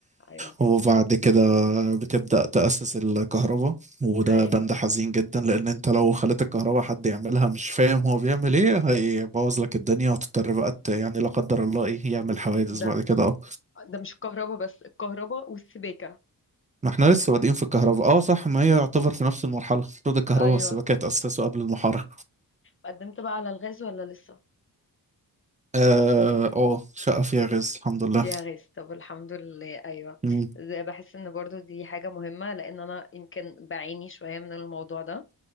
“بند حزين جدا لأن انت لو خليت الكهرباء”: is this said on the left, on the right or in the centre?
Right